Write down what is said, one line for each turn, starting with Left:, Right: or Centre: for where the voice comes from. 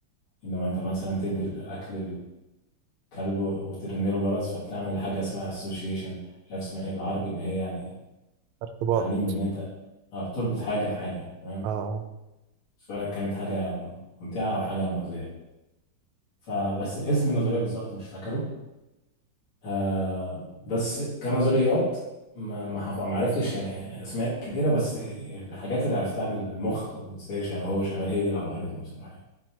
Left: إنما أنت مثلا تدي الأكل للكلب وترن له جرس فبتعمل حاجة اسمها association مش عارف اسمها إيه بالعربي اللي هي يعني
Right: ارتباط
Left: تعليم بإن أنت آه، بتربط حاجة بحاجة تمام
Right: اه اه
Left: سواء كانت حاجة ممتعة أو حاجة مؤذية فبس اسم النظرية بالظبط مش فاكره آه بس كنظريات ما ما حف- ما عرفتش يعني اسماء كبيره بس الحاجات اللي عرفتها عن المخ وازاي شا- هو شغال هي دي اللي ابهرتني بصراحه يعني.